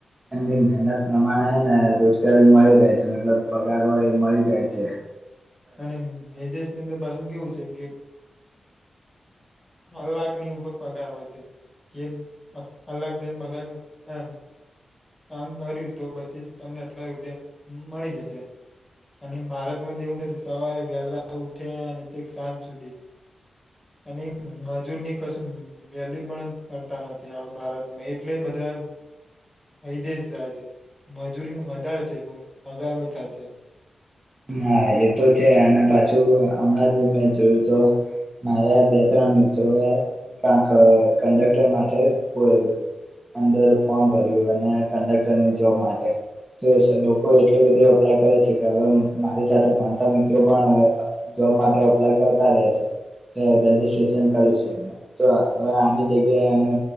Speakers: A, on the right; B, in the centre.
A: એમની મહેનત પ્રમાણે હે ને રોજગારી મળી રહે છે, મતલબ પગાર હોય એ મળી રહે છે.
B: અને એ દેશની અંદર પાછું કેવું છે કે કલાકની ઉપર પગાર હોય છે, કે કલાક દેઈ પગાર એમ કામ કર્યું તો પછી તમને આટલા રૂપિયા મળી જશે, અને ભારતમાં તો એવું નથી સવારે વહેલા ઉઠ્યા અને છેક સાંજ સુધી, અને મજૂરની કશું વેલ્યુ પણ કરતા નથી આપડા ભારતમાં, એટલે બધા વિદેશ જાય છે. મજૂરી વધારે છે, પગાર ઓછા છે.
A: હા એ તો છે, અને પાછું હમણાં જ મેં જોયું તો મારા બે ત્રણ મિત્રોએ કાક કંડક્ટર માટે પ અંદર ફોર્મ ભર્યું અને કંડક્ટરની જોબ માટે, તો સ લોકો એટલું બધું અપ્લાય કરે છે કે હવે મારી સાથે ભણતા મિત્રો પણ જોબ માટે અપ્લાય કરતા રહે છે. તો રજીસ્ટ્રેશન કર્યું છે એમને. તો હવે આમની જગ્યા એમને